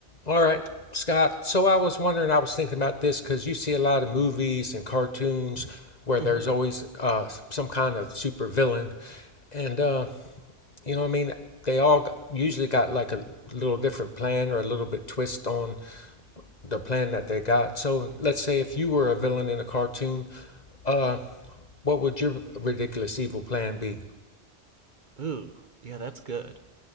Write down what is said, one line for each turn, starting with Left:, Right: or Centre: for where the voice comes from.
Left: All right, Scott. So I was wondering, I was thinking about this because you see a lot of movies and cartoons where
Right: Mm-hmm.
Left: there's always uh, some kind of super villain. And, uh, you know, what I mean, they all g- usually got like a little different plan or a little bit twist on the plan that they got. So let's say if you were a villain in a cartoon, uh, what would your ridiculous evil plan be?
Right: Ooh, yeah, that's good.